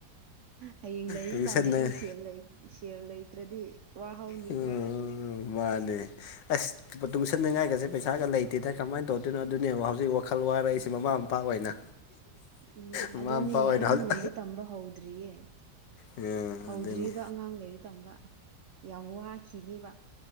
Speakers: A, on the right; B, on the left.
A: ꯍꯌꯦꯡ ꯂꯥꯏꯔꯤꯛ
B: ꯇꯨꯏꯁꯟꯅ
A: ꯇꯝꯕꯗ ꯁꯦꯕ ꯂꯩ ꯁꯦꯜ ꯂꯩꯇ꯭ꯔꯗꯤ ꯋꯥꯍꯧꯅꯤꯀꯣ
B: ꯎꯝ ꯃꯥꯅꯦ ꯑꯁ ꯇꯨꯡꯁꯟꯅꯅꯤꯡꯉꯥꯏꯒꯁꯦ ꯄꯩꯁꯥꯒ ꯂꯩꯇꯦꯗ ꯀꯃꯥꯏꯅ ꯇꯧꯗꯣꯏꯅꯣ ꯑꯗꯨꯅꯦꯕ ꯍꯧꯖꯤꯛ ꯋꯥꯜ ꯋꯥꯔꯛꯏꯁꯦ
A: ꯎꯝ
B: ꯃꯃꯥ ꯃꯄꯥ ꯑꯣꯏꯅ
A: ꯎꯝ
B: ꯃꯃꯥ
A: ꯑꯗꯨꯅꯦ
B: ꯃꯄꯥ ꯑꯣꯏꯅ
A: ꯑꯉꯥꯡ
B: ꯍꯧꯖꯤꯛ
A: ꯂꯩꯥꯏꯔꯤ ꯇꯝꯕ ꯍꯧꯗ꯭ꯔꯤꯌꯦ
B: ꯎꯝ
A: ꯍꯧꯗ꯭ꯔꯤꯕ
B: ꯑꯗꯨꯅꯤ
A: ꯑꯉꯥꯡ ꯂꯩꯔꯤ ꯇꯝꯕ ꯌꯥꯝ ꯋꯥꯈꯤꯅꯦꯕ